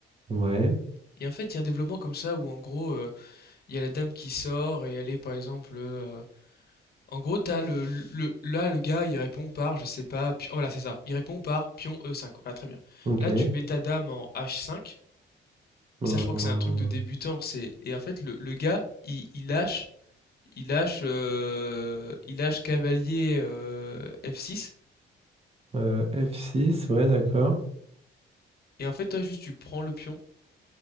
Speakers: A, on the right (about 30°); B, on the left (about 50°).
A: Ouais.
B: Et en fait, il y a un développement comme ça où, en gros, euh, il y a la dame qui sort et elle est par exemple euh, en gros t'as le, le là le gars il répond par je sais pas pi- oh, voilà c'est ça il répond par pion E5 voilà très bien
A: Ok.
B: là tu mets ta dame en H5
A: Hum,
B: et ça je crois que c'est un truc de débutant c'est et en fait le, le gars il, il lâche il lâche euh, il lâche cavalier euh, F6
A: euh, f six, ouais, d'accord.
B: et en fait toi juste tu prends le pion